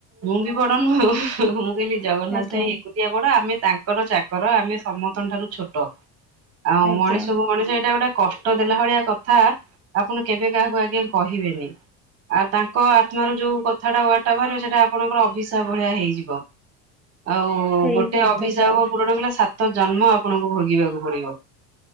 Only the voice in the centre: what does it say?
ଆଜ୍ଞା
ଆଜ୍ଞା
ସେଇ
କଥା
ତ